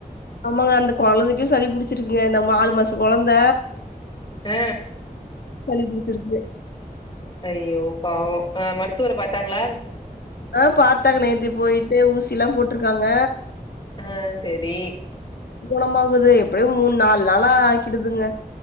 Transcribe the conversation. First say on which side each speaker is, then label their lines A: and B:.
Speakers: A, on the left; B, on the left.
A: ஆமாங்க அந்த கொழந்தைக்கு சளி புடிச்சிருக்குங்க இந்த நாலு மாசோ கொழந்த
B: ஆ
A: சளி புடுச்சிருக்கு
B: ஐயோ பாவோ அ மருத்துவர பாத்தாங்களா
A: ஆ பாத்தாங்க நேத்து போயிட்டு ஊசி எல்லா போட்டிருக்காங்க
B: ஆ சேரி
A: குணமாகுது எப்டியு மூண் நால் நாளா ஆக்கிடுதுங்க